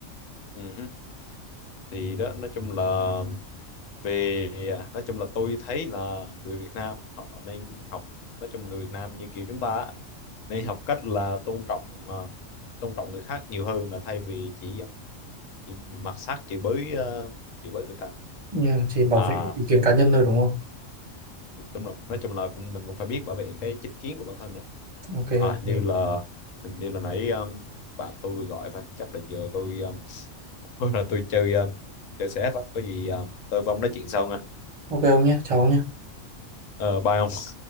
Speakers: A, on the left (about 80°); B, on the right (about 30°).
A: ừ hứ. Thì đó nói chung là về à, nói chung là tôi thấy là người Việt Nam họ nên học nói chung người Việt Nam như kiểu chúng ta á, nên học cách là tôn trọng à, tôn trọng người khác nhiều hơn là thay vì chỉ, à, chỉ mặc sát chửi bới ờ, chửi bới người ta
B: nhưng mà chỉ bảo
A: à
B: vệ ý kiến cá nhân thôi đúng không
A: đúng rồi nói chung là cũng mình cũng phải biết bảo vệ cái chính kiến của bản thân nữa
B: ok
A: à
B: ok
A: như là hình như là nãy um, bạn tôi vừa gọi phải chắc là giờ tôi um, <laughs> là tôi chơi um, chơi CF á có gì um, tôi với ông nói chuyện sau nha
B: ok ông nhé cháu nhé
A: ờ bye ông.